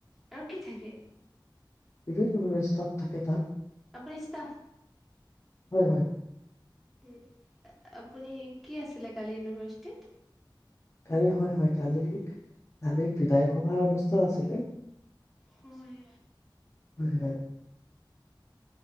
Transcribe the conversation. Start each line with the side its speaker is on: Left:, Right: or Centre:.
Centre: আৰু কি থাকে
Left: বিভিন্ন ধৰণৰ ষ্টাফ থাকে তাত।
Centre: আপুনি ষ্টাফ?
Left: হয় হয়
Centre: উম, আপুনি কি আছিলে কালি ইউনিভাৰ্চিটিত?
Left: কালি, হয়, হয়, কালি কালি বিধায়ক সভাৰ অনুষ্ঠান আছিলে।
Centre: হয়।
Left: <inaudible>